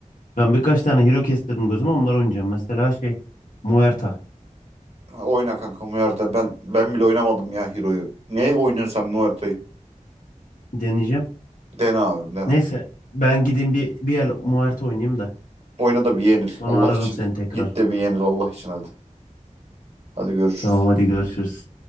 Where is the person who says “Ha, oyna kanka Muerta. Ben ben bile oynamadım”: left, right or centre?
Right